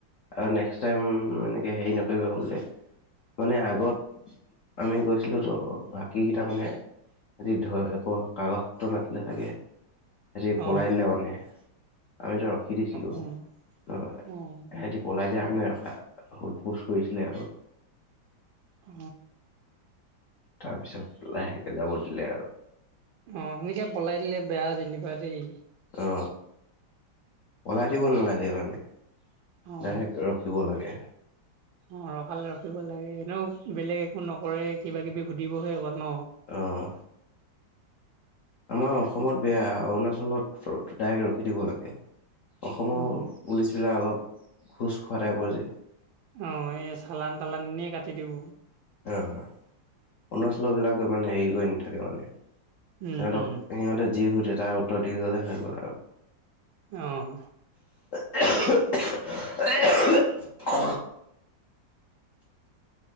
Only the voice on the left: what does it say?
আৰু নেক্স টাইম, এনেকে হেৰি নকৰিবা বোলে। মানে আগত আমি গৈছিলো তো, বাকী তাৰ মানে সিতি ধ, একো কাগজ পত্ৰ নাছিলে চাগে, সিহতি
পলাই দিলে মানে। আমিতো ৰখি দিছিলো
ন,
সিহতি পলাই দিয়া মানে সোধ, পোছ কৰিছিলে আৰু।
তাৰপিছত লাহেকে যাব দিলে আৰু।
অ, পলাই দিব নালাগে মানে,
ডাইৰেক্ট ৰখিব লাগে।
আহ। আমাৰ অসমত বেয়া, অৰুণাচলত দাইৰেক্ট ৰখি দিব লাগে। অসমৰ
পুলিচ বিিলাক অলপ খোজ খুৱটাই পৰিছে।
অ', অৰুণাচল বিলাক ইমানে হেৰি কৰি নাথাকে মানে
সিহঁতক
সিহঁতে যি সুধে তাৰ উত্তৰ দি গলে হৈ গল আৰু
<unintelligible> <unintelligible>